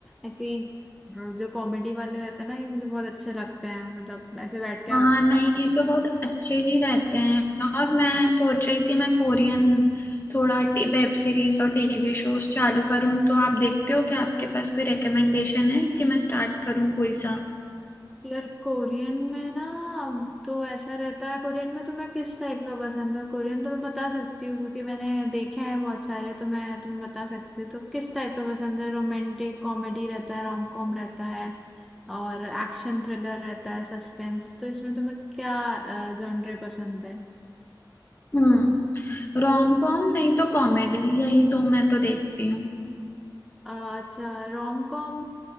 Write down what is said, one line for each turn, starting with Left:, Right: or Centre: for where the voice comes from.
Centre: ऐसी अ, जो कॉमेडी वाले रहते हैं ना ये मुझे बहुत अच्छे लगते हैं मतलब ऐसे बैठ के आप
Left: हाँ नहीं ये तो बहुत अच्छे ही रहते हैं और मैं सोच रही थी मैं कोरियन थोड़ा वेब सीरीज और टीवी शोज चालू करूँ तो आप देखते हो क्या आपके पास कोई रिकमेंडेशन है कि मैं स्टार्ट करूँ कोई सा
Centre: यार कोरियन में ना तो ऐसा रहता है कोरियन में तुम्हें किस टाइप का पसंद है कोरियन तो मैं बता सकती हूँ क्योंकि मैंने देखे हैं बहुत सारे तो मैं तुम्हें बता सकती हूँ तो किस टाइप का पसंद है रोमांटिक कॉमेडी रहता है रोम कॉम रहता है और एक्शन थ्रिलर रहता है सस्पेंस तो इसमें तुम्हें क्या जॉनरे पसंद है
Left: हम्म रोम कॉम नहीं तो कॉमेडी यही दो मैं तो देखती हूँ
Centre: अ, अच्छा रोम कॉम